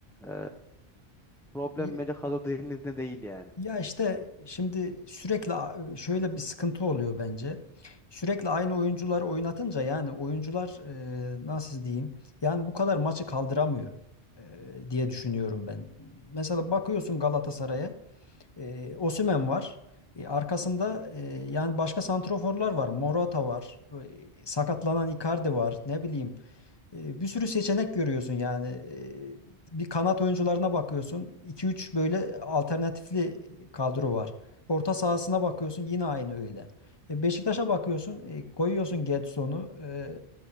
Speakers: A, in the centre; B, on the left.
A: e, problem
B: Ye-
A: bence kadro derinliğinde değil yani.
B: Ya işte şimdi sürekli a- şöyle bir sıkıntı oluyor bence. Sürekli aynı oyuncuları oynatınca yani oyuncular e, nasıl diyeyim? Yani bu kadar maçı kaldıramıyor e, diye düşünüyorum ben. Mesela bakıyorsun Galatasaray'a e, Osimhen var. E, arkasında
A: Hı hı.
B: e, yani başka santroforlar var. Morata var. E, sakatlanan Icardi var. Ne bileyim e, bir sürü seçenek görüyorsun yani. E, bir kanat oyuncularına bakıyorsun. iki üç böyle alternatifli kadro var. Orta sahasına bakıyorsun yine aynı öyle. E, Beşiktaş'a bakıyorsun e, koyuyorsun Gedson'u. E,